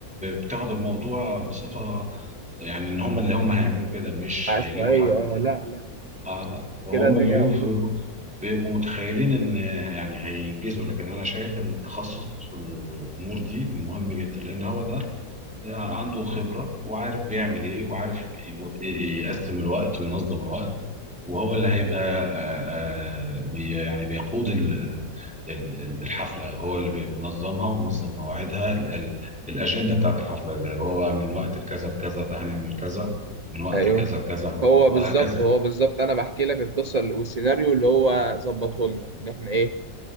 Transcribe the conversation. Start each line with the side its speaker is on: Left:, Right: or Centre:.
Centre: بتاخد الموضوع بصفه يعني ان هم اللي هم هيعملوا كده مش
Right: عشوائيه
Centre: هيجيبوا حد
Right: اه لا لا
Centre: اه لا هم
Right: كده الدنيا
Centre: بيبقوا
Right: هتبوظ
Centre: بيبقوا متخيلين ان يعني هينجزوا لكن انا شايف ان التخصص في الامور دي مهم جدا لان هو ده عنده خبرة وعارف بيعمل إيه وعارف ي- يقسم الوقت وينظم الوقت وهو اللي هيبقى آه، آه، بي يعني بيقود ال- ال- ال- الحفلة هو اللي بينظمها ومنظم مواعيدها ال- ال- الأجندة بتاعت الحفلة اللي هو من وقت لكذا لكذا ده هنعمل كذا من وقت
Right: ايوه
Centre: كذا لكذا
Right: هو
Centre: وهكذا
Right: بالظبط هو بالظبط انا بحكي لك القصه والسيناريو اللي هو ظبطه لنا ان احنا ايه